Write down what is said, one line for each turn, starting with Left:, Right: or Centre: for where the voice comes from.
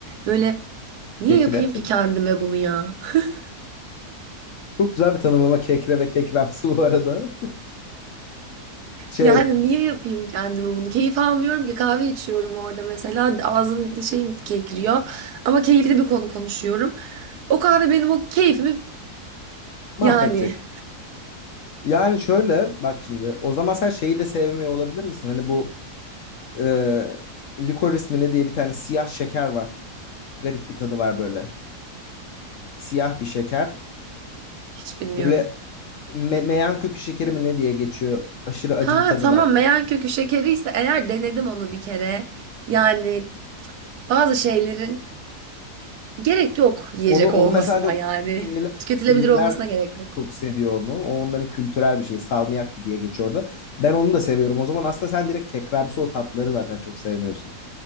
Right: Böyle Niye
Left: Kekre.
Right: yapayım ki kendime bunu ya? <laughs>
Left: <laughs> Çok güzel bir tanımlama kekre ve kekremsi bu arada. Şey,
Right: Yani niye yapayım kendime bunu? Keyif almıyorum ki kahve içiyorum orada mesela. Ağzım şeyim kekriyor. Ama keyifli bir konu konuşuyorum. O kahve benim o keyfimi
Left: mahvedecek.
Right: yani
Left: Yani şöyle bak şimdi. O zaman sen şeyi de sevmiyor olabilir misin? Hani bu e, licorice mi ne diye bir tane siyah şeker var. Garip bir tadı var böyle. Siyah bir şeker.
Right: hiç bilmiyorum.
Left: Böyle me- meyan kökü şekeri mi ne diye geçiyor. Aşırı acı
Right: Ha
Left: bir tadı
Right: tamam
Left: var.
Right: meyan kökü şekeri ise eğer denedim onu bir kere. Yani bazı şeylerin gerek yok yiyecek
Left: Onu onu
Right: olmasına
Left: mesela çok
Right: yani.
Left: Çinliler,
Right: Tüketilebilir
Left: Çinliler
Right: olmasına gerek yok.
Left: çok seviyor onu. O onların kültürel bir şeyi Salmiakki diye geçiyor orada. Ben onu da seviyorum. O zaman aslında sen direkt kekremsi o tatları zaten çok sevmiyorsun.